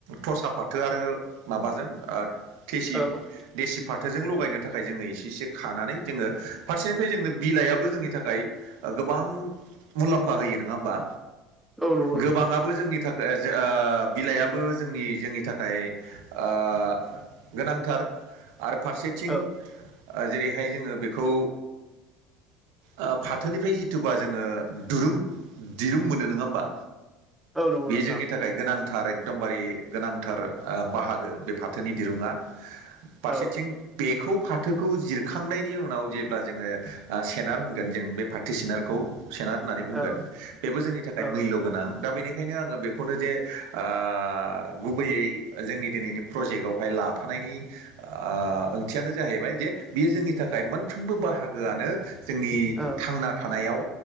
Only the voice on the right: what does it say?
थसा फाथो आरो माबाजों ओ थेसि
देसि फाथोजों लगायनो थाखाय जोङो एसे एसे खानानै जोङो फारसेनिफ्राय जोंनो बिलाइयाबो जोंनि थाखाय ओ गोबां मुलाम्फा होयो नंङा होमबा
गोबाङा
बो जोंनि थाखाय जो ओ बिलाइयाबो जोंनि जोंनि थाखाय ओ गोनांथार आरो फारसेथिं
ओ जेरैहाय जोङो बेखौ ओ फाथोनिफ्राय जिथुबा जोङो दुरुं दिरुं मोनो नङा होमबा
बे
जोंनि थाखाय गोनां थार एकदमबारे गोनांथार ओ बाहागो बे फाथोनि दिरुङा। फारसेथिं
बेखौ फाथोखौ जिरखांनायनि उनाव जेब्ला जोङो ओ सेनार होनगोन जों बे फाथो सेनारखौ सेनार होननानै बुंगोन
बेबो जोंनि थाखाय
मुल्य। गोनां दा बेनिखायनो आंङो बेखौनो जे ओ गुबैयै जोंनि दिनैनि प्रजेक्टआवहाय लाफानायनि ओ ओंथियानो जाहैबाय जे बियो जोंनि थाखाय मोनफ्रोमबो बाहागोआनो जोंनि
थांना थानायाव